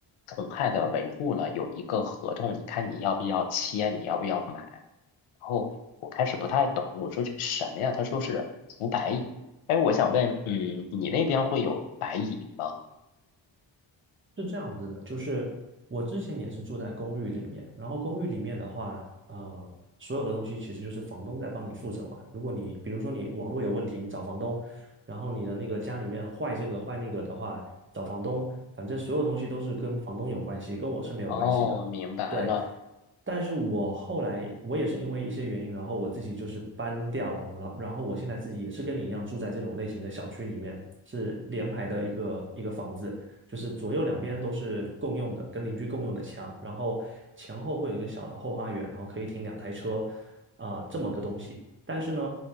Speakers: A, on the left; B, on the right.
A: 虫害的维护了，有一个合同，你看你要不要签，你要不要买。然后我开始不太懂，我说这什么呀？他说是除白蚁。哎，我想问，嗯，你那边会有白蚁吗？
B: 是这样子的，就是我之前也是住在公寓里面，然后公寓里面的话，呃，所有的东西其实就是房东在帮你负责嘛。如果你比如说你网络有问题，你找房东，然后你的那个家里面坏这个坏那个的话，找房东，反正所有东西都是跟房东有关系，跟我是没有关系的。
A: 哦，明白了。
B: 对，但是我后来我也是因为一些原因，然后我自己就是搬掉了，然后然后我现在自己也是跟你一样住在这种类型的小区里面，是联排的一个一个房子。就是左右两边都是共用的，跟邻居共用的墙，然后前后会有一个小的后花园，然后可以停两台车，啊、这么个东西。但是呢，